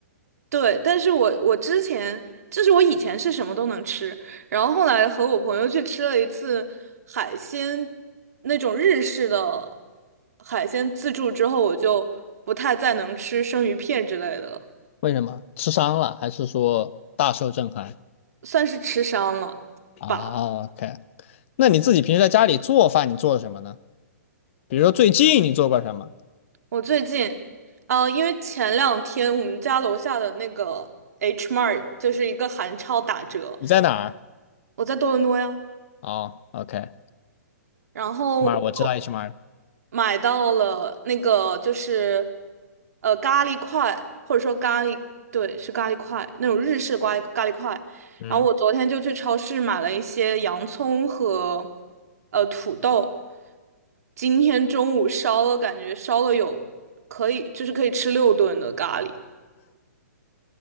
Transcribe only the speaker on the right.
对，但是我我之前就是我以前是什么都能吃，然后后来和我朋友去吃了一次海鲜那种日式的海鲜自助之后，我就不太再能吃生鱼片之类的了，
算是吃伤了吧。
我最近，呃，因为前两天我们家楼下的那个 H Mart 就是一个韩超打折，
我在多伦多呀，
然后我就
买到了那个就是呃咖喱块，或者说咖喱，对，是咖喱块那种日式咖喱咖喱块。
然后我昨天就去超市买了一些洋葱和呃土豆，今天中午烧了，感觉烧了有可以就是可以吃六顿的咖喱。